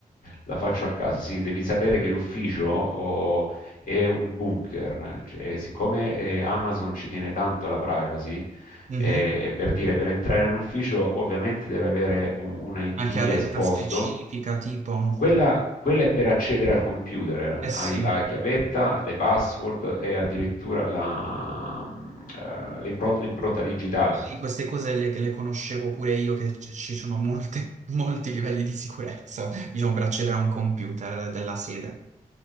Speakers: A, on the left; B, on the right.
A: La faccio a casa, sì, devi sapere che l'ufficio oh, è un bunker, cioè, eh, siccome eh, Amazon ci tiene tanto alla privacy,
B: Mhm.
A: eh, per dire, per entrare in ufficio ovviamente deve avere un, un ID
B: Una chiavetta
A: esposto,
B: specifica, tipo...
A: quella, quella è per accedere al computer, eh.
B: Eh
A: hai
B: sì.
A: la chiavetta, le password e addirittura la, mm, eh, l'impro- l'impronta digitale.
B: Sì, queste cose le, le conoscevo pure io, che ci ci sono molte- <laughs> molti livelli di sicurezza, diciamo, per accedere a un computer della sede.